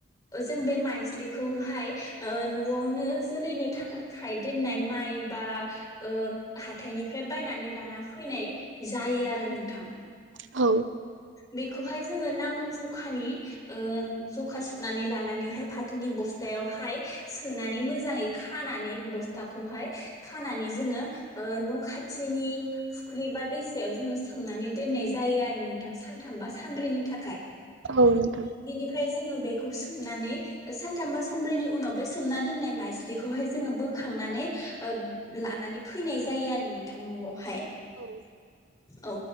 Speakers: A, on the left; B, on the right.
A: ओ जों बे माइज्लिखौहाय ओ न'आवनो जोलैनो थाखाय दोननाय माइ बा ओ हाथायनिफ्राय बायनानै लाना फैनाय जायो आरो नोंथां
B: औ
A: बेखौहाय जोङो नांगौ जखानि ओ जखा सुनानै लानानैहाय फाथोनि बस्थायावहाय सोनानै मोजाङै खानानै बस्थाखौहाय खानानै जोङो ओ न' खाथिनि फुख्रि बा दैसायाव जोङो सोमनानै दोननाय जायो आरो नों थां सानथाम बा सानब्रैनि थाखाय
B: औ नोंथां
A: बिनिफ्राय जोङो बेखौ सोमनानै ओ सानथाम बा सानब्रैनि उनाव बे सोमना दोननाय माइज्लिखौहाय जोङो बोखांनानै ओद लानानै फैनाय जायो आरो नोंथां न'आवहाय
B: औ
A: औ